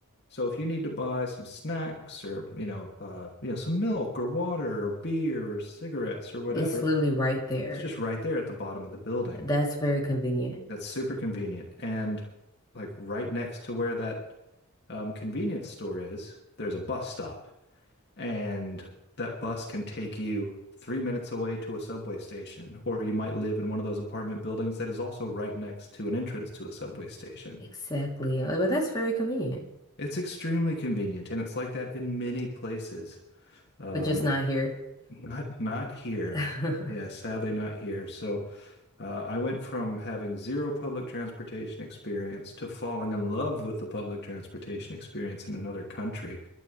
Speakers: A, on the left (about 50°); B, on the left (about 20°).
A: So if you need to buy some snacks or, you know, uh, you know, some milk or water or beer or cigarettes or whatever,
B: It's literally right there.
A: it's just right there at the bottom of the building.
B: That's very convenient.
A: That's super convenient. And like right next to where that um, convenience store is, there's a bus stop, and that bus can take you three minutes away to a subway station, or you might live in one of those apartment buildings that is also right next to an entrance to a subway station.
B: Exactly. Uh, But that's very convenient.
A: It's extremely convenient, and it's like that in many places. Um,
B: But just not here.
A: Not not here.
B: <laughs>
A: Yeah, sadly not here. So uh, I went from having zero public transportation experience to falling in love with the public transportation experience in another country.